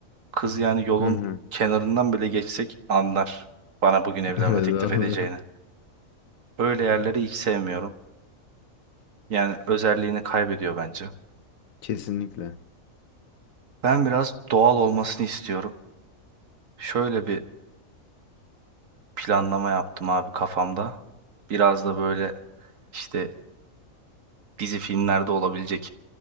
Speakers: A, on the right (about 70°); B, on the left (about 75°).
A: Kız yani yolun
B: Hı hı.
A: kenarından bile geçsek anlar bana bugün evlenme
B: <laughs> Evet
A: teklif
B: abi.
A: edeceğini. Öyle yerleri hiç sevmiyorum. Yani özelliğini kaybediyor bence.
B: Kesinlikle.
A: Ben biraz doğal olmasını istiyorum. Şöyle bir planlama yaptım abi kafamda. Biraz da böyle işte dizi filmlerde olabilecek